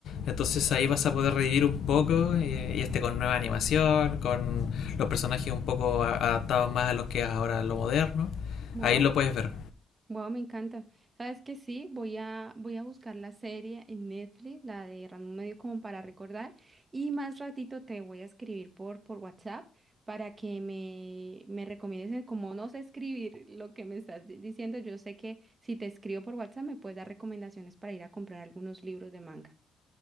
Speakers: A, on the left; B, on the right.
A: Entonces ahí vas a poder revivir un poco eh, y este con nueva animación, con los personajes un poco a- adaptados más a lo que es ahora lo moderno.
B: Wow.
A: Ahí lo puedes ver.
B: Wow, me encanta. ¿Sabes que Sí, voy a, voy a buscar la serie en Netflix, la de Random Medio, como para recordar. Y más ratito te voy a escribir por, por WhatsApp para que me, me recomiendes el- como no sé escribir lo que me estás di- diciendo. Yo sé que si te escribo por WhatsApp me puedes dar recomendaciones para ir a comprar algunos libros de manga.